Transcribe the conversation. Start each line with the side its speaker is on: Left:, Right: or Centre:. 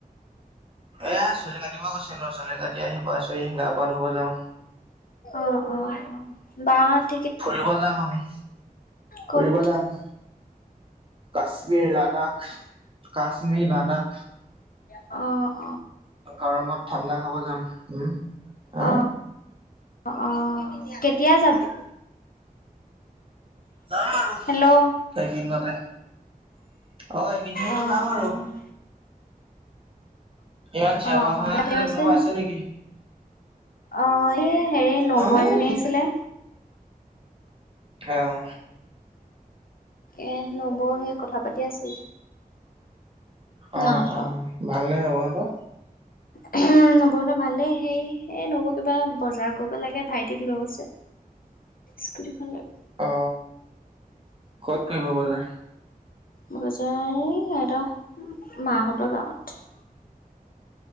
Right: এয়া চুলি কাটিব গৈছিলো চুলি কাটি আহি পাইছোহি গা পা ধুব যাওঁ।
Left: অ অ অ বা হত
Right: ফুৰিব যাম আমি
Left: ক'ত?
Right: ফুৰিব যাম, কা ক্মীৰ লাডাখ কাশ্মীৰ লাডাখ।
Left: অঁ।
Right: গৰমত ঠাণ্ডা খাব যাম। উম, হা?
Left: অ', অ', কেতিয়া যাবি।
Right: যাম আৰু
Left: হেল্ল',
Right: এইকেইদিনতে। অ, এইকেইদিনতে
Left: অ',
Right: যাম আৰু।
Left: অ',
Right: ইমান চিঞৰ-বাখৰ
Left: অ', অ',
Right: হৈ
Left: তাতে
Right: আছে
Left: গৈছে
Right: যে কোনোবা
Left: নি?
Right: আছে নেকি?
Left: অ, এই হেৰি নবৌ
Right: নহয়
Left: এজনী আহিছিলে।
Right: অহ।
Left: এহ নবৌ সে কথা পাতি আছিলে।
Right: অ-অ
Left: মাহঁতৰ
Right: ভাল নে নবৌহঁতৰ?
Left: <unintelligible> উম নবৌহতৰ ভালেই। হেই এ নবৌ কিবা বজাৰ কৰিব লাগে ভাইটিক লৈ গৈছে। স্কুটিখন লৈ।
Right: অ, কত কৰিব বজাৰ?
Left: বজাৰ এ সিহঁতৰ মাহঁতৰ গাৱঁত।